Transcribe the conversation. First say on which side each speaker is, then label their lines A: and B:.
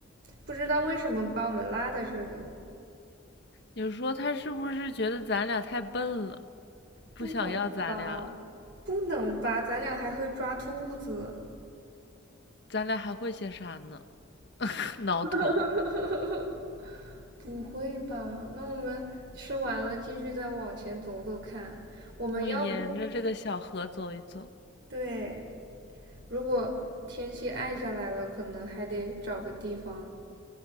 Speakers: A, on the right; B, on the left.
A: 不知道为什么把我们拉在这里了，
B: 你说它是不是觉得咱俩太笨了，不想要咱俩了？
A: 不能吧？不能吧？咱俩还会抓兔子。
B: 咱俩还会些啥呢？<laughs> 挠头。
A: <laughs> 不会吧？那我们吃完了，继续再往前走走看。我们要不，
B: 我们沿着这个小河走一走，
A: 对，如果天气暗下来了，可能还得找个地方